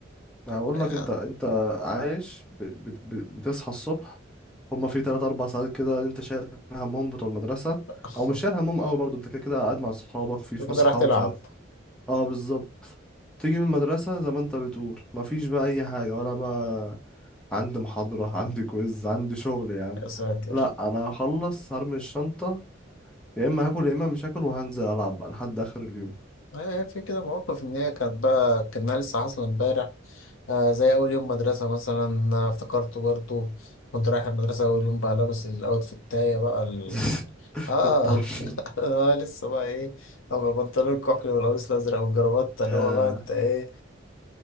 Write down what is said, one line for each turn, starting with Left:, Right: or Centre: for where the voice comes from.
Centre: هقول
Left: يعني
Centre: لك انت انت عايش ب... ب... ب... بتصحى الصبح هما في تلات أربع ساعات كده انت شايل همهم بتوع المدرسة
Left: <laughs>
Centre: او مش شايل همهم قوي برضه انت كده كده قاعد مع اصحابك في فسحة
Left: أنت كده راح تلعب
Centre: ومش عارف اه بالظبط تيجي من المدرسة زي ما انت بتقول مفيش بقى أي حاجة وأنا بقى عندي محاضرة <laughs> عندي كويز عندي شغل يا عم
Left: يا ساتر
Centre: لأ أنا هخلص هرمي الشنطة يا إما هاكل يا إما مش هاكل وهنزل ألعب بقى لحد آخر اليوم
Left: آه، في كده مواقف إن هي كانت بقى كأنها لسه حاصلة إمبارح آه، زي أول يوم مدرسة مثلا آه، افتكرته برضه كنت رايح المدرسة أول يوم بقى لابس الأوت بتاعي بقى
Centre: <laughs>
Left: اه
Centre: الطرش
Left: <laughs> آه، لسه بقى ايه اما بنطلون الكحل والقميص الازرق والجرافطه
Centre: يا
Left: اللي هو بقى انت ايه